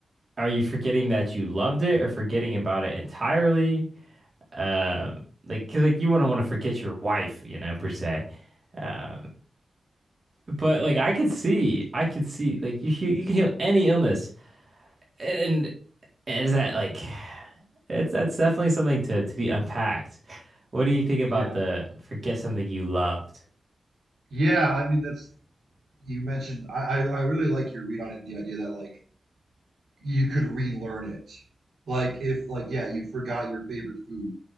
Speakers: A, on the right; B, on the right.
A: are you forgetting that you loved it or forgetting about it entirely? Um, like 'cause, like you wouldn't want to forget your wife, you know, per se. Um, but like
B: Yeah,
A: I could see, I could see like you he- you can heal any illness, and, and is that like it's that's definitely something to to be unpacked. What do you think about
B: yeah,
A: the forget something you loved?
B: yeah. I mean, that's you mentioned. I, I I really like your read on it. The idea that like you could relearn it. Like if like yeah, you forgot your favorite food